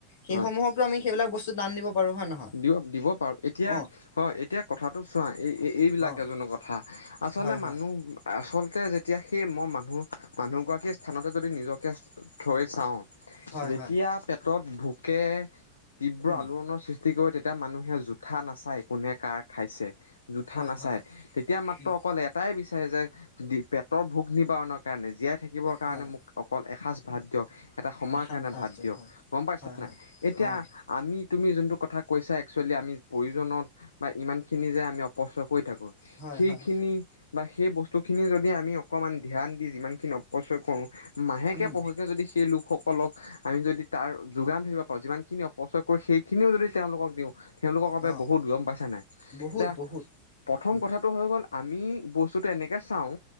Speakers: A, on the left; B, on the left.
A: সেইসমূহকো
B: হয়
A: আমি সেইবিলাক বস্তু দান দিব পাৰো হয় নহয়
B: দিব দিব পাৰো, এতিয়া
A: অ'
B: হয় এতিয়া কথাটো চোৱা এই এইবিলাক
A: অ'
B: এজনো কথা। আচলতে
A: হয় হয়
B: মানুহ আচলতে যেতিয়া সেই মই মানুহ মানুহগৰাকীৰ স্থানতে যদি নিজকে থৈ চাওঁ।
A: হয়
B: যেতিয়া
A: হয়
B: পেটত ভোকে তীব্ৰ
A: উম
B: আলোৱনৰ সৃষ্টি ক, তেতিয়া মানুহে জোঠা নাচায় কোনে কাৰ খাইছে। জোঠা
A: হয়
B: নাচায়,
A: হয়
B: তেতিয়া মাত্ৰ
A: উম
B: অকল এটাই। এটাই বিচাৰে যে দি পেটৰ ভোক নিবাৰণৰ কাৰণে জীয়াই থাকিবৰ কাৰণে
A: হয়
B: মোক। অকল এসাঁজ ভাত দিয়ক। এটা সময়ৰ
A: এসাত
B: কাৰণে
A: ভাঁজ
B: ভাত দিয়ক
A: হয়
B: গম পাইছা
A: হয়
B: নাই
A: হয়
B: এতিয়া
A: অ'
B: আমি তুমি যোনটো কথা। কথা কৈছে একচৱেলি আমি প্ৰয়োজনত বা ইমানখিনি যে আমি। কছট কৰি থাকো
A: হয়
B: সেইখিনি।
A: হয়
B: বা সেই বস্তুখিনি যদি আমি অকমান ধ্যান দি যিমানখিনি অপচয় কৰো। মাহেকে
A: উম
B: পহেকে যদি সেই লোকসকলক। আমি যদি তাৰ যোগান ধৰিব পাৰো, যিমানখিনি অপচয় কৰোঁ সেইখিনিও যদি তেওঁলোকক দিওঁ। তেওঁলোকৰ বাবে
A: অ
B: বহুত গ'ম পাইছে নাই,
A: বহুত
B: এতিয়া
A: বহুত
B: প্ৰথম
A: উম
B: কথা টো হয় গ'ল, আমি বস্তুটো এনেকে চাওঁ,